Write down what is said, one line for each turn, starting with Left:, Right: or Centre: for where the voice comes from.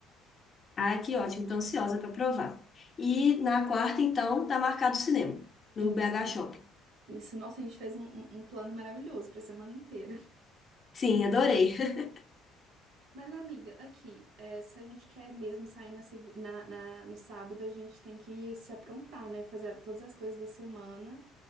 Left: Ah, que ótimo, tô ansiosa para provar. E na quarta, então, tá marcado o cinema, no
Right: Isso.
Left: BH Shopping.
Right: Isso. Nossa, a gente fez um, um um plano maravilhoso para semana inteira.
Left: Sim, adorei. <laughs>
Right: Mas, amiga, aqui, é, se a gente quer mesmo sair na, segu- na- na- no sábado, a gente tem que se aprontar, né? Fazer todas as coisas da semana.